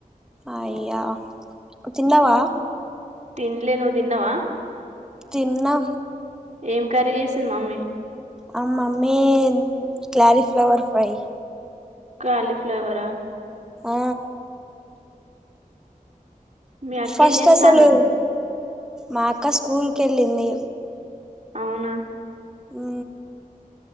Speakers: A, in the centre; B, on the right.
A: అయ్యా తిన్నావా
B: తిన్లే నువ్వు తిన్నావా
A: తిన్నా
B: ఏం కర్రీ చేసింది మమ్మీ
A: ఆ మమ్మీ క్లారి ఫ్లవర్ ఫ్రై
B: కాలీఫ్లవరా
A: ఆ
B: మీ అక్కేం
A: ఫస్ట్
B: చేస్తాంది
A: అసలు మాక్క స్కూల్ కెళ్ళంది
B: అవునా
A: ఆ